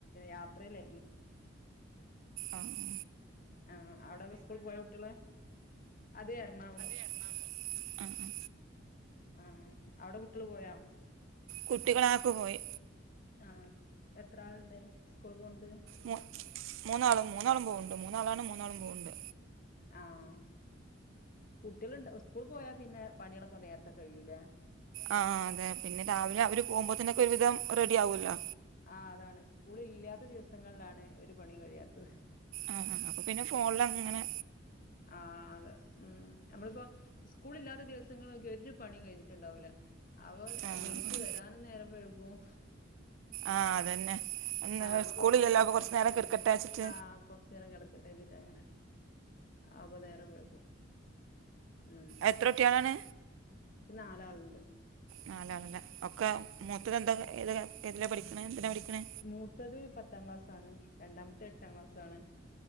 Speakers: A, on the left; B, on the right.
A: യാത്രയിലായ്രുന്ന്
B: ആഹ്
A: ആഹ് അവിടൊക്കെ സ്കൂളി പോയോ കുട്ട്യള് അത് എറണാകുളം
B: അഹ് ആഹ്
A: ആഹ് അവിടെ കുട്ടികള് പോയോ?
B: കുട്ടികളാക്ക പോയി
A: ആഹ് എത്രാളിണ്ട് സ്കൂൾ പോണത്
B: മൂ മൂന്നാളും മൂന്നാളും പോവെണ്ട് മൂന്നാളാണ് മൂന്നാളും പോവെണ്ട്
A: ആഹ് കുട്ടീളെണ്ട് സ്കൂൾ പോയാ പിന്നെ പണിളൊക്കെ നേരത്തെ കഴിയൂലെ
B: ആ അതെ പിന്നെ രാവിലെ അവര് പോകുമ്പോത്തനൊക്കെ ഒരു വിധം റെഡി ആവൂല്ലോ
A: ആഹ് അതാണ് സ്കൂളില്ലാത്ത ദിവസങ്ങളിലാണ് ഒരു പണീം കഴിയാത്തത്
B: അഹ് ആഹ് അപ്പ പിന്നെ ഫോണിൽ അങ്ങങ്ങനെ
A: ആഹ് അതെ ഉം നമ്മളിപ്പോ സ്കൂളി ഇല്ലാത്ത ദിവസങ്ങളൊക്കെ ഒരു പണീം കഴിഞ്ഞി ട്ടിണ്ടാവൂല്ല അവം
B: ആ
A: നീച്ച്
B: ആ
A: വരാനും നേരം വെഴുകും
B: ആഹ് അതന്നെ ഇന്ന്
A: അപ്പൊ
B: സ്കൂളില്ലല്ലോപ്പൊ
A: കിടക്കട്ടെ
B: കൊറച്ച് നേരം കേടക്കട്ടേച്ചിട്ട്
A: ആഹ് കൊറച്ച് നേരം കെടക്കട്ടേച്ച് അങ്ങനെ അപ നേരം വഴ്കും. മ്
B: എത്ര കുട്ടികളാണ്
A: ക്ക് നാലാള്ണ്ട്.
B: നാലാള്ല്ലേ. ഒക്കെ മൂത്തത് എന്താ ഏതില ഏതിലാ പഠിക്ക്ണെ, എന്തിനാ പഠിക്ക്ണെ?
A: മൂത്തത് പത്താം ക്ലാസ് ആണ് രണ്ടാമത്തെ എട്ടാം ക്ലാസ് ആണ്